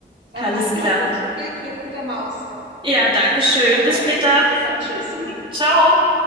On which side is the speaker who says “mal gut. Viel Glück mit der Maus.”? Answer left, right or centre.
Right